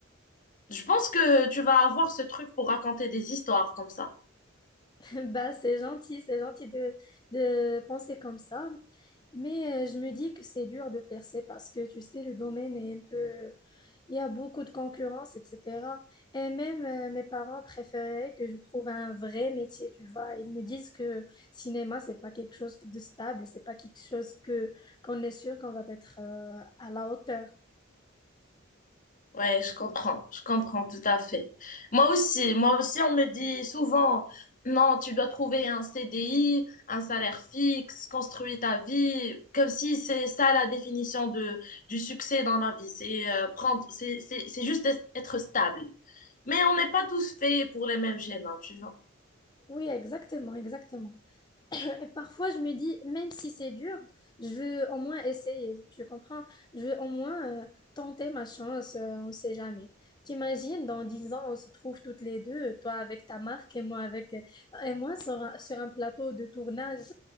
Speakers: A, on the left; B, on the left.
A: Je pense que tu vas avoir ce truc pour raconter des histoires comme ça.
B: <laughs> Bah, c'est gentil, c'est gentil de, de penser comme ça. Mais euh, je me dis que c'est dur de percer parce que, tu sais, le domaine est un peu Il y a beaucoup de concurrence, etc. Et même euh, mes parents préféraient que je trouve un vrai métier, tu vois. Ils me disent que cinéma, c'est pas quelque chose de stable, c'est pas quelque chose que qu'on est sûr qu'on va être euh, à la hauteur.
A: Ouais, je comprends, je comprends tout à fait. Moi aussi, moi aussi, on me dit souvent, non, tu dois trouver un CDI, un salaire fixe, construire ta vie, comme si c'est ça la définition de, du succès dans la vie. C'est euh, prendre, c'est, c'est, c'est juste être stable. Mais on n'est pas tous faits pour les mêmes schémas, tu vois.
B: Oui, exactement, exactement. Et parfois, je me dis, même si c'est dur, je veux au moins essayer, tu comprends? Je veux au moins euh, tenter ma chance, euh, on sait jamais. T'imagines, dans dix ans, on se trouve toutes les deux, toi avec ta marque et moi avec, euh, et moi sur un, sur un plateau de tournage.